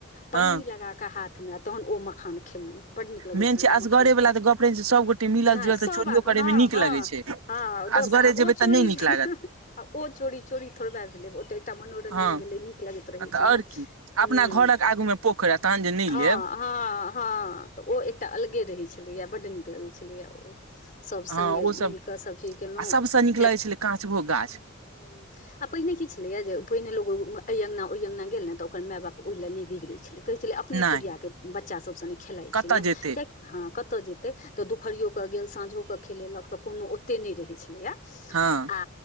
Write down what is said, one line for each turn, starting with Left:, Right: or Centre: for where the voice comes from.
Left: पन्नी
Right: हँ
Left: लगाके हाथ मे तहन ओ मखान खेलौं बड्ड नीक लगै
Right: मेन
Left: छलै
Right: छै
Left: ओ
Right: असगरे
Left: मखान
Right: वाला
Left: खाय मे
Right: तऽ गप रहै छै सबगोटे मिलल
Left: नहि
Right: जुलल
Left: सब
Right: तऽ चोरियो
Left: आदमी
Right: करे
Left: हँ
Right: मे नीक
Left: हँ
Right: लगे छै
Left: हँ दोस
Right: असगरे जेबै
Left: ओ चोरी
Right: तऽ नहि नीक लागत
Left: आ ओ चोरी चोरी थोरबै भेलै ओत एकटा मनोरंजन
Right: हँ
Left: भेलै नीक लागैत रहै
Right: तऽ
Left: छै
Right: आओर
Left: ने
Right: की
Left: ह
Right: अपना घरक आगू मे पोखरि आ तहन जे नहि
Left: हँ
Right: लेब
Left: हँ हँ तऽ ओ एकटा अलगे रहैत छलैया बड्ड नीक लगै छलैए ओ सभ
Right: हँ
Left: संगे
Right: ओ सब
Left: मिलि कऽ सभचीज कयलहुँ
Right: आ सबसँ नीक
Left: छठि
Right: लगै छलै काँचबो गाछ
Left: हूं आ पहिने की छलैय जे पहिने लोको अइ अंगना ओइ अंगना गेल ने तऽ ओकर माय बाप ओहि लए नहि बिगड़ै छलै कहै छलै अपने
Right: नहि
Left: तुरियाके बच्चा सभ संगे खेलाइत
Right: कतय
Left: छै ने
Right: जेतै
Left: कियाकि हँ कतय जेतै तऽ दुपहरियओ कऽ गेल साँझोकेऽ खेलेलक तऽ कोनो ओतेक नहि रहै छलैया
Right: हँ
Left: आ